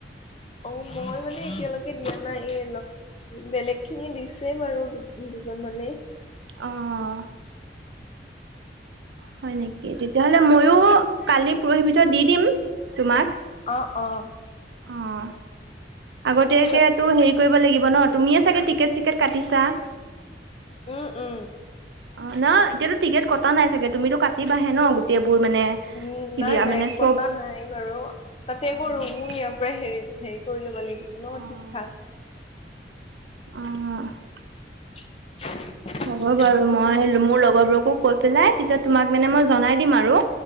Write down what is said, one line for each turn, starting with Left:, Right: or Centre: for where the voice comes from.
Left: অ', মই মানে এতিয়ালৈকে দিয়া নাই, এই ল বেলেগ খিনিয়ে দিছোঁৱে বাৰু দু- দুজন মানে।
Right: অ'। হয় নেকি, তেতিয়াহ'লে ময়ো কালি পৰহিৰ ভিতৰত দি দিম তোমাক।
Left: অ', অ'।
Right: অ', আগতীয়াকেতো
Left: তাত
Right: হেৰি কৰিব লাগিব ন তুমিয়ে চাগে টিকেট চিকেট কাটিছা?
Left: উম, উম।
Right: অ', ন এতিয়াতো টিকেট কটা নাই চাগে, তুমিটো কাটিবাহে ন গোটেইবোৰ মানে
Left: উম,
Right: ক্লিয়াৰ
Left: নাই, নাই
Right: মানে
Left: কটা
Right: চব
Left: নাই বাৰু। তাতে আকৌ
Right: অ',
Left: ৰুমো ইয়াৰ পৰা হেৰি, হেৰি কৰি ল'ব লাগিব ন
Right: অ',
Left: ঠিক ঠাক।
Right: অ'।
Left: <inaudible>
Right: হ'ব বাৰু
Left: উম,
Right: মই মোৰ লগৰবোৰকো কৈ পেলাই তেতিয়া তোমাক মানে মই জনাই দিম আৰু